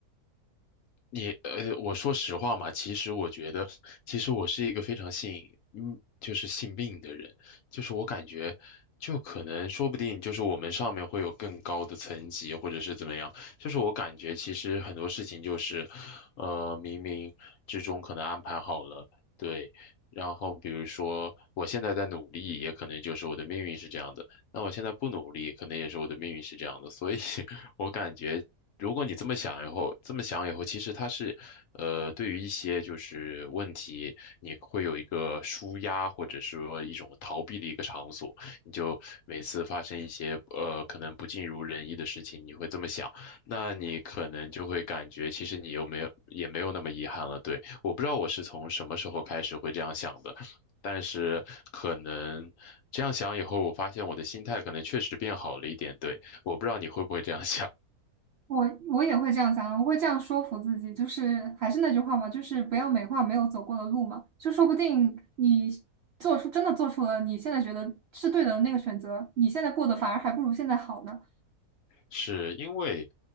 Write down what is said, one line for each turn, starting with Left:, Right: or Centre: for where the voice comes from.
Left: 你呃，我说实话嘛，其实我觉得，其实我是一个非常信，嗯，就是信命的人，就是我感觉，就可能说不定就是我们上面会有更高的层级，或者是怎么样，就是我感觉其实很多事情就是，呃，冥冥之中可能安排好了，对，然后比如说我现在在努力，也可能就是我的命运是这样的，那我现在不努力，可能也是我的命运是这样的，所以 <laughs> 我感觉如果你这么想以后，这么想以后，其实它是，呃，对于一些就是问题，你会有一个舒压或者说一种逃避的一个场所。你就每次发生一些呃可能不尽如人意的事情，你会这么想，那你可能就会感觉其实你又没有也没有那么遗憾了。对，我不知道我是从什么时候开始会这样想的，但是可能这样想以后，我发现我的心态可能确实变好了一点。对，我不知道你会不会这样想。
Right: 我我也会这样想啊，我会这样说服自己，就是还是那句话嘛，就是不要美化没有走过的路嘛，就说不定你做出真的做出了你现在觉得是对的那个选择，你现在过得反而还不如现在好呢。
Left: 是因为，